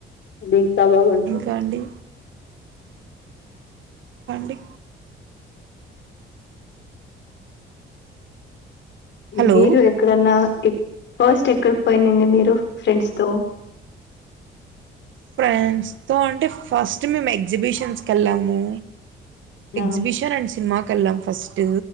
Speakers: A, on the left; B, on the right.
A: అది ఇంకా బాగుంటుంది
B: ఇంకా అండి అండి హలో
A: మీరు ఎక్కడన్నా ఫస్ట్ ఎక్కడికి పాయింరెండీ మీరు ఫ్రెండ్స్ తో
B: ఫ్రెండ్స్తో అంటే ఫస్ట్ మేము ఎగ్జిబిషన్స్కి వెళ్ళాము
A: ఆ
B: ఎగ్జిబిషన్ అండ్ సినిమాకి వెళ్ళాం ఫస్ట్